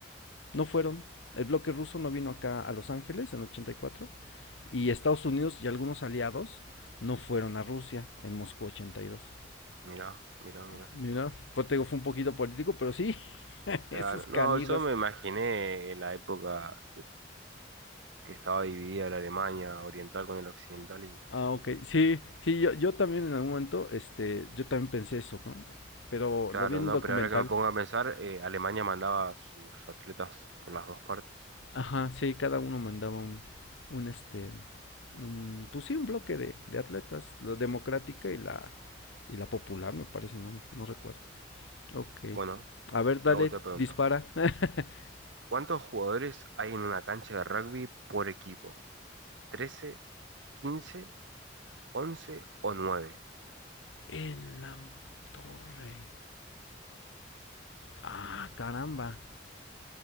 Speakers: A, on the left; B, on the right.
A: no fueron. El bloque ruso no vino acá a Los Ángeles en ochenta y cuatro y Estados Unidos y algunos aliados no fueron a Rusia en Moscú 82.
B: Mira, mira, mira.
A: Mira, pues te digo, fue un poquito político, pero sí, <laughs>
B: Claro,
A: esos canijos.
B: no, yo me imaginé en la época que estaba dividida la Alemania oriental con el occidental y,
A: Ah,
B: y
A: ok. Sí, sí, yo, yo también en algún momento, este, yo también pensé eso, ¿no? Pero
B: claro,
A: lo vi en
B: no,
A: un documental.
B: pero ahora que me pongo a pensar, eh, Alemania mandaba a sus atletas por las dos partes.
A: Ajá, sí, cada uno mandaba un, un este, un, pues sí, un bloque de, de atletas, la democrática y la, y la popular, me parece, no, no recuerdo. Ok.
B: Bueno,
A: A ver, dale,
B: te hago otra pregunta.
A: dispara. <laughs>
B: ¿Cuántos jugadores hay en una cancha de rugby por equipo? trece quince 11 o nueve
A: En la torre. Ah, caramba.